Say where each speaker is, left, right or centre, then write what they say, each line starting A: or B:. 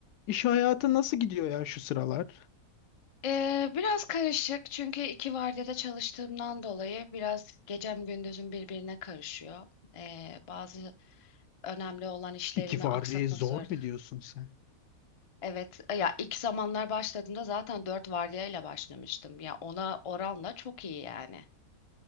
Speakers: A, on the left (about 85°); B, on the left (about 50°).
A: İş hayatı nasıl gidiyor ya şu sıralar?
B: Ee, biraz karışık çünkü iki vardiyada çalıştığımdan dolayı biraz gecem gündüzüm birbirine karışıyor. Ee, bazı önemli olan işlerimi
A: İki vardiya
B: aksatmak
A: zor
B: zorunda.
A: mu diyorsun sen?
B: Evet, e, ya ilk zamanlar başladığımda zaten dört vardiyayla başlamıştım. Ya ona oranla çok iyi yani.